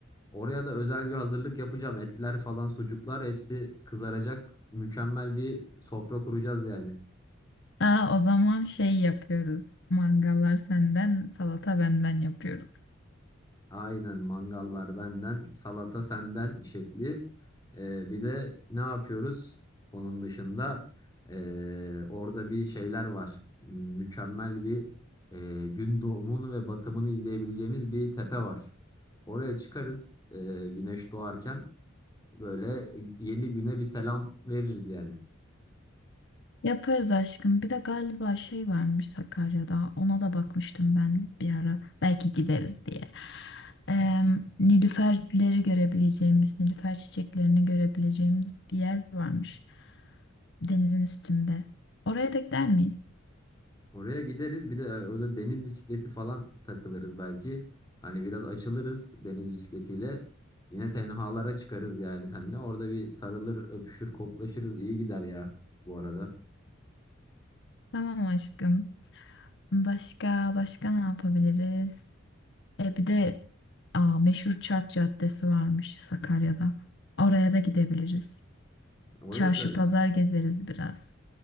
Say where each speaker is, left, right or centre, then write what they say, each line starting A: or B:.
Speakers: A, on the left; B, on the left.
A: Oraya da özel bir hazırlık yapacağım. Etler falan, sucuklar hepsi kızaracak. Mükemmel bir sofra kuracağız yani.
B: Aa, o zaman şey yapıyoruz. Mangallar senden, salata benden yapıyoruz.
A: Aynen mangallar benden, salata senden şekli. Ee, bir de ne yapıyoruz? Onun dışında ee, orada bir şeyler var. Mükemmel bir ee, gün doğumunu ve batımını izleyebileceğimiz bir tepe var. Oraya çıkarız ee, güneş doğarken böyle yeni güne bir selam veririz yani.
B: Yaparız aşkım. Bir de galiba şey varmış Sakarya'da. Ona da bakmıştım ben bir ara. Belki gideriz diye. Eee Nilüferleri görebileceğimiz, Nilüfer çiçeklerini görebileceğimiz bir yer varmış. Denizin üstünde. Oraya da gider miyiz?
A: Oraya gideriz. Bir de orada deniz bisikleti falan takılırız belki. Hani biraz açılırız deniz bisikletiyle. Yine tenhalara çıkarız yani seninle. Orada bir sarılır, öpüşür, koklaşırız. İyi gider ya bu arada.
B: Tamam aşkım. Başka başka ne yapabiliriz? E bir de aa, meşhur Çark Caddesi varmış Sakarya'da. Oraya da gidebiliriz.
A: Oraya
B: Çarşı
A: da gi-
B: pazar gezeriz biraz.